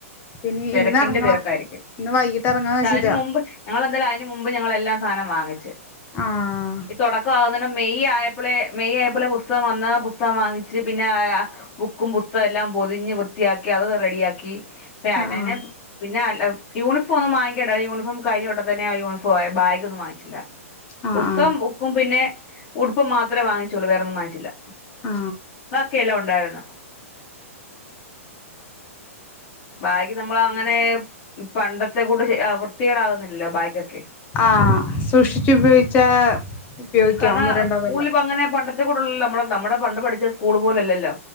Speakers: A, on the left; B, on the left.
A: പിന്നെ
B: തിരക്കിന്റെ
A: ഇന്ന് ഇറങ്ങണം
B: തിരക്കായിരിക്കും
A: ഇന്ന് വൈകിട്ട് ഇറങ്ങാന്ന്
B: കാര്യം
A: വെച്ചിട്ടാ
B: മുമ്പ് ഞങ്ങെളെന്താ മുമ്പ് ഞങ്ങള് എല്ലാം സാനം വാങ്ങിച്ച്
A: ആഹ്
B: ഈ തുടക്കമാവുന്ന മെയ് ആയപ്പളെ മെയ് ആയപ്പളെ പുസ്തകം വന്ന് പുസ്തകം വാങ്ങി ച്ച് പിന്നെ ആ ബുക്കും പുസ്തകം എല്ലാം പൊതിഞ്ഞ് വൃത്തിയാക്കി അത് റെഡിയാക്കി പലനെ
A: ആഹ്
B: പിന്നെ യൂണിഫോം ഒന്നും വാങ്ങിക്കണ്ട യൂണിഫോം കഴിഞ്ഞോ വട്ടം തന്നെ ആ യൂണിഫോ ആയി ബഗ് ഒന്നും വാങ്ങിച്ചില്ല
A: ആഹ്
B: പുസ്തകം
A: ആഹ്
B: ബുക്കും പിന്നെ ഉടുപ്പും മാത്രമേ വാങ്ങിച്ചോളൂ വേറൊന്നും വാങ്ങിച്ചില്ല
A: ആ
B: ബാക്കിയെല്ലാം ഉണ്ടായിരുന്നു ബാഗ് നമ്മൾ അങ്ങനെ പണ്ടത്തെ കൂട്ട് ശെ വൃത്തിയേടാകുന്നില്ലല്ലോ ബാഗൊക്കെ
A: ആഹ് സൂക്ഷിച്ചുപയോഗിച്ചാ ഉപയോഗിക്കാം
B: കാരണ
A: ഒന്നോ രണ്ടോ
B: സ്കൂളിൽപ്പോ
A: കൊല്ലം
B: അങ്ങനെ പണ്ടത് <unintelligible> നമ്മള്നമ്മുടെ പണ്ട് പഠിച്ച സ്കൂൾ പോലല്ലല്ലോ